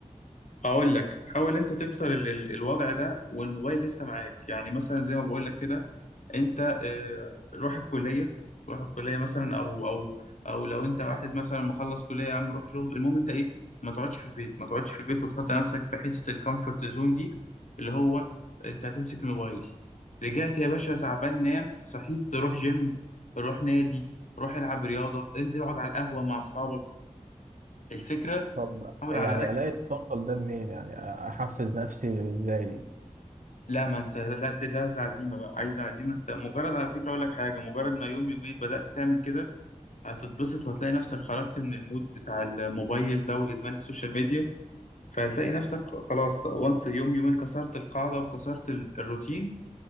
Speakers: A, on the left; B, on the right.
A: اقول لك حاول انت تكسر ال ال الوضع ده والموبايل لسه معاك يعني مثلا زي ما بقول لك كده انت آه، روح الكليه روح الكليه مثلا او او او لو انت واحد مثلا مخلص كليه يا عم روح شغل المهم انت ايه ما تقعدش في البيت ما تقعدش في البيت وتحط نفسك في حته الكومفورت زون دي اللي هو انت هتمسك الموبايل رجعت يا باشا تعبان نام صحيت روح جيم روح نادي روح العب رياضه انزل اقعد على القهوه مع اصحابك الفكره
B: طب
A: حاول
B: يعني
A: على
B: الاقي الطاقه ده منين يعني أ- احفز نفسي ازاي
A: لا ما انت لا دي دي عايز عزيمه بقى عايز عزيمه انت مجرد على فكره اقول لك حاجه مجرد ما يوم يومين بدات تعمل كده هتتبسط وهتلاقي نفسك خرجت من المود بتاع الموبايل ده وادمان السوشيال ميديا فهتلاقي نفسك خ- خلاص وانس يوم يومين كسرت القاعده وكسرت ال- الروتين